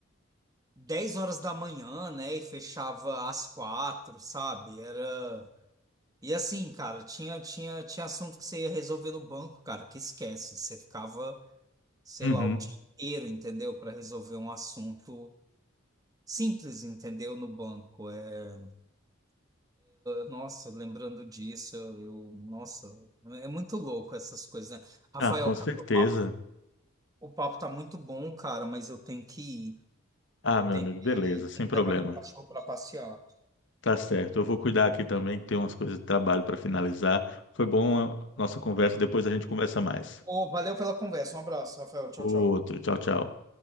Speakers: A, on the right; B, on the left.
A: 10 horas da manhã, né, e fechava às quatro, sabe, era... E assim, cara, tinha, tinha, tinha assunto que você ia resolver no banco, cara, que esquece. Você ficava, sei
B: Uhum.
A: lá, o dia inteiro, entendeu? Para resolver um assunto simples, entendeu? No banco. É, nossa, lembrando disso, eu, eu- nossa, é muito louco essas coisas, né? Rafael,
B: Ah, com
A: cara,
B: certeza.
A: o papo, o papo tá muito bom, cara, mas eu tenho que ir.
B: Ah,
A: Eu
B: meu
A: tenho
B: amigo,
A: que,
B: beleza, sem
A: tenho
B: problema.
A: que levar meu cachorro para passear.
B: Tá certo. Eu vou cuidar aqui também, que tem umas coisas de trabalho para finalizar. Foi bom a nossa conversa, depois a gente conversa mais.
A: Ô, valeu pela conversa. Um abraço, Rafael. Tchau,
B: Outro,
A: tchau.
B: tchau, tchau.